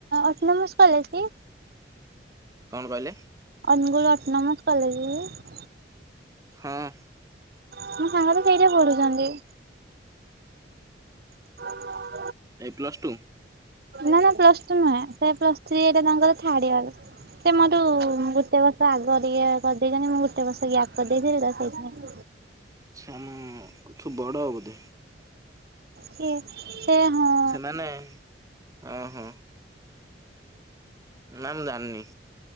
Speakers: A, on the right; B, on the right.
A: ଅଟୋନମସ୍ କଲେଜ୍ କି?
B: କଣ କହିଲେ
A: ଅନଗୁଳ ଅଟନୋମସ କଲେଜ କି?
B: ହଁ।
A: ମୋ ସାଙ୍ଗତ ସେଇଠେ ପଢୁଛନ୍ତି। <inaudible>
B: ଏଇ ପ୍ଲସ ଟୁ।
A: ନା ନା ପ୍ଲସ ଟୁ ନୁହେଁ, ସେ ପ୍ଲସ ଥ୍ରୀ ଏଇଟା ତାଙ୍କର ଥାର୍ଡଇଅର୍। ସେ ମୋଠୁ ଗୁଟେ ବର୍ଷ ଆଗ ଟିକେ କରିଦେଇଛନ୍ତି, ମୁଁ ଗୁଟେ ବର୍ଷ ଗ୍ୟାପ୍ କରିଦେଇଥିଲି ତ ସେଇଥିପାଇଁ
B: ଆଛା ଅମ୍ ତମଠୁ ବଡ ବୋଧେ।
A: କିଏ ସେ ହଁ?
B: ସେମାନେ ଅ ହ। ନା ମୁଁ ଯାଣିନି।